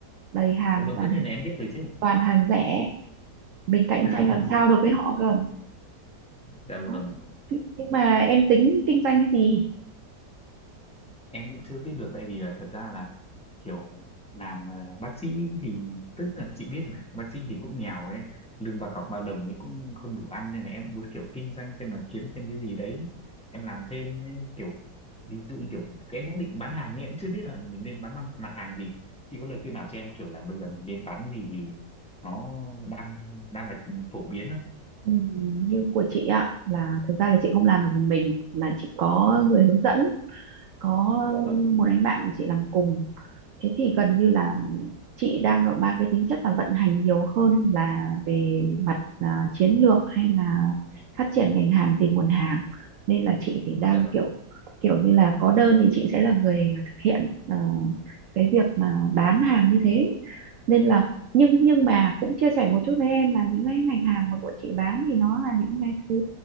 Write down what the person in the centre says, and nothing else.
Dạ vâng,
tất nhiên là em biết rồi chứ.
<laughs>
Dạ vâng,
em cũng chưa biết được tại vì là thật ra là kiểu làm ờ, bác sĩ thì tức là chị biết mà, bác sĩ thì cũng nghèo ấy, lương bà cọc ba đồng ấy cũng không đủ ăn nên là em muốn kiểu kinh doanh xem là kiếm thêm cái gì đấy. Em làm thêm ấy, kiểu ví dụ như kiểu cái em cũng định bán hàng nhưng em cũng chưa biết là mình nên bán mặt, mặt hàng gì. Chị có lời khuyên nào cho em kiểu là bây giờ mình nên bán cái gì thì nó đang đang là phổ biến không?
Dạ vâng,
dạ vâng,